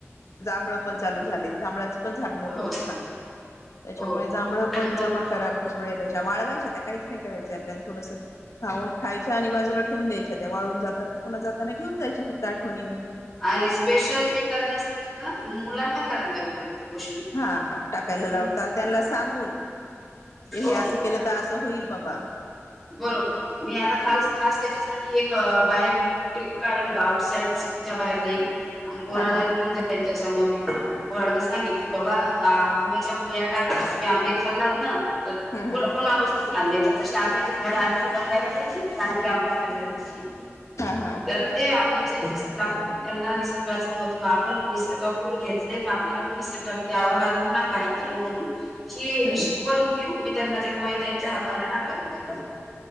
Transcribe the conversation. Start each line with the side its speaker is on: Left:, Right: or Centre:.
Left: जांभळ पण चालू झाले जांभळाच्या पण झाड मोठ
Centre: हो
Left: होत
Centre: हो
Left: चांगलं त्याच्यामुळे
Centre: हो
Left: जांभळ
Centre: तर
Left: पण
Centre: मग
Left: जमा करा. गुठळ्या त्याच्या वाळवायच्या त्या काहीच नाही करायचंय आपल्याला थोडंसं खाऊन खायच्या आणि बाजूला ठेवून द्यायच्या त्या वाळून जातात पुन जाताना घेऊन जायच्या फक्त आठवणीनं.
Centre: आणि स्पेशल ते करण्यासाठी ना मुलांना करायला लावीन मी ते गोष्ट.
Left: हा हा टाकायला लावताल त्यांना सांगून
Centre: हो
Left: क हे
Centre: हो
Left: असं
Centre: हो
Left: केलं त असं होईल बाबा.
Centre: बरोबर मी आता खास खास त्याच्यासाठी एक बाहेर ट्रीप काढायला आउटसाईड सिटीच्या बाहेर जाईल आणि पोरांना
Left: हा हा
Centre: घेऊन जाईन. त्याच्यामध्ये पोरांना सांगीन की बाबा आंब्याच्या कोया टाका तुम्ही आंबे खाल्लात ना तर
Left: हम्म
Centre: कोणापासून
Left: हम्म
Centre: खाल्ले. तशे आंब्याचे झाडे आणखी बनवायला पाहिजे ना तर आणखी आंबे खायला भेटतील
Left: हा हा हा
Centre: तर ते आंब्याचे तस टाकून त्यांना निसर्गाचं महत्व आपण निसर्गाकडून घेतले तर आपल्याला पण निसर्गाला द्यावं लागल ना काय. तर म्हणून हि
Left: हम्म
Centre: शिकवण देऊन मी त्यांना त्या कोया त्यांच्या हाताने टाकायला लावीन.